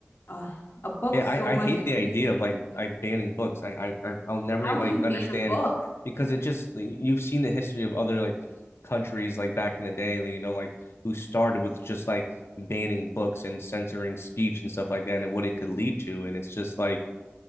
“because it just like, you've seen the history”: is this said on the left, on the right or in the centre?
Left